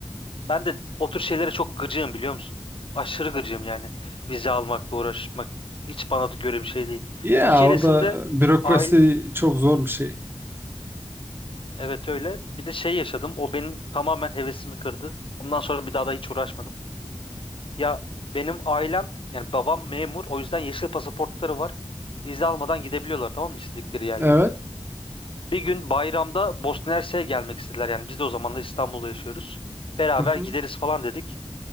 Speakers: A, on the left; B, on the right.
A: Ben de o tür şeylere çok gıcığım biliyor musun? Aşırı gıcığım yani. Vize almakla uğraşmak hiç bana da göre bir şey değil.
B: Ya
A: Bir keresinde
B: orada bürokrasi
A: aile...
B: çok zor bir şey.
A: Evet öyle. Bir de şey yaşadım. O benim tamamen hevesimi kırdı. Ondan sonra bir daha da hiç uğraşmadım. Ya benim ailem yani babam memur o yüzden yeşil pasaportları var. Vize almadan gidebiliyorlar tamam mı istedikleri yerlere.
B: Evet.
A: Bir gün bayramda Bosna Hersek'e gelmek istediler. Yani biz de o zamanlar İstanbul'da yaşıyoruz. Beraber
B: Hı hı.
A: gideriz falan dedik.